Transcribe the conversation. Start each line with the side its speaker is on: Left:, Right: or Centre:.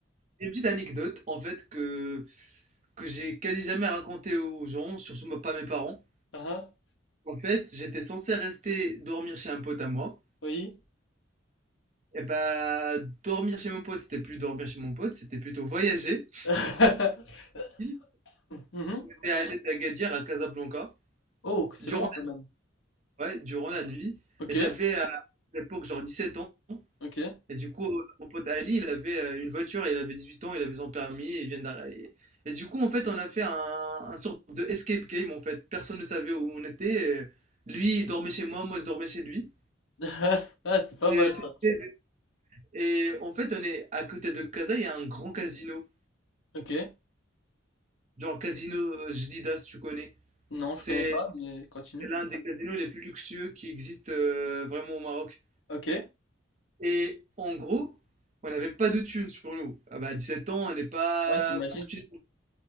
Right: Une petite anecdote, en fait, que, que j'ai quasi jamais racontée aux gens, surtout moi- pas mes parents.
Left: Ah, ah,
Right: En fait, j'étais censé rester dormir chez un pote à moi.
Left: oui.
Right: Et bah, dormir chez mon pote, c'était plus dormir chez mon pote, c'était plutôt voyager.
Left: <laughs>
Right: J'étais
Left: Mhm.
Right: allé d'Agadir à Casablanca.
Left: Oh, que c'est
Right: Durant
Left: long quand même.
Right: Ouais, durant la nuit.
Left: Ok,
Right: Et j'avais, euh, à cette époque, genre 17 ans.
Left: ok.
Right: Et du coup, euh, mon pote Ali, il avait euh, une voiture, il avait 18 ans, il avait son permis, et il vient d'arriver. Et du coup, en fait, on a fait un, un sorte de escape game, en fait. Personne ne savait où on était. euh, Lui, il dormait chez moi, moi, je dormais chez lui.
Left: <laughs> Ah, c'est pas
Right: Et,
Left: mal
Right: c'était-
Left: ça.
Right: et en fait, on est à côté de Casa, il y a un grand casino.
Left: Ok.
Right: Genre Casino euh, Jdida, si tu connais.
Left: Non,
Right: C'est
Left: je connais pas, mais continue.
Right: c'est l'un des casinos les plus luxueux qui existent euh, vraiment au Maroc.
Left: Ok.
Right: Et en gros, on n'avait pas de thunes sur nous. Ah bah, à 17 ans, on n'est pas
Left: Ouais, j'imagine.
Right: fortuné.